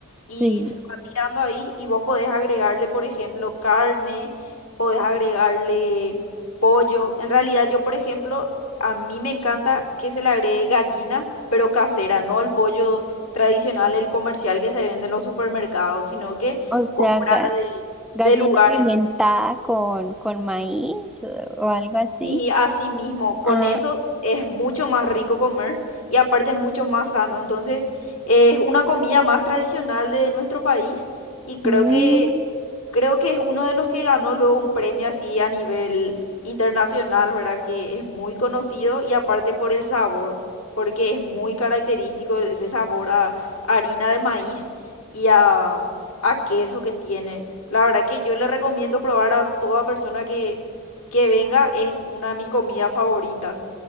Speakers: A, on the left; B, in the centre.
A: Y
B: Sí,
A: se va tirando ahí y vos podés agregarle, por ejemplo, carne, podés agregarle pollo. En realidad yo, por ejemplo, a mí me encanta que se le agregue gallina, pero casera, no el pollo tradicional, el comercial que se vende en los supermercados, sino que
B: o sea,
A: comprar
B: ga-
A: de,
B: gallina
A: de lugares.
B: alimentada con, con maíz eh, o algo así.
A: Sí, así mismo, con
B: Ah,
A: eso es mucho más rico comer y aparte es mucho más sano. Entonces, es una comida más tradicional de nuestro país y creo
B: Mm,
A: que creo que es uno de los que ganó luego un premio así a nivel internacional, ¿verdad? Que es muy conocido y aparte por el sabor, porque es muy característico ese sabor a harina de maíz y a, a queso que tiene. La verdad que yo le recomiendo probar a toda persona que venga es una de mis comidas favoritas.